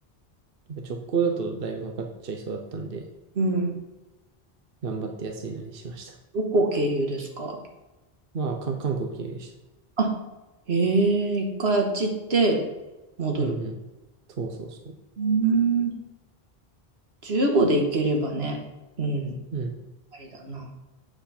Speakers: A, on the right (about 65°); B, on the right (about 85°).
A: っぱ直行だとだいぶかかっちゃいそうだったんで、
B: うん。
A: 頑張って安いのにしました。
B: どこ経由ですか
A: まあ、か韓国経由でした。
B: あ、へえ、一回あっち行って戻る。
A: うんうん。そうそうそう。
B: うん、15で行ければね、うん、
A: うん、
B: ありだな。